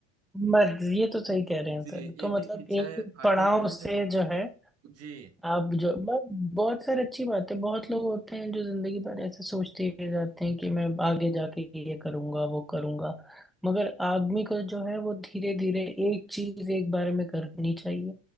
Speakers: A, in the centre; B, on the right.
A: मर्ज ये तो सही
B: हम्म,
A: कह रहे हैं
B: जी
A: सर तो
B: एक
A: मतलब
B: एक इच्छाएं
A: एक एक
B: आती
A: पड़ाव
B: जा रही
A: से
B: है
A: जो है
B: जी
A: आप जो ब- बहुत सारी अच्छी बात है बहुत लोग होते हैं जो जिंदगी भर ऐसे सोचते ही रहते हैं कि मैं आगे जाके ये करूंगा वो करूंगा मगर आदमी को जो है वो धीरे धीरे एक चीज एक बार में करनी चाहिए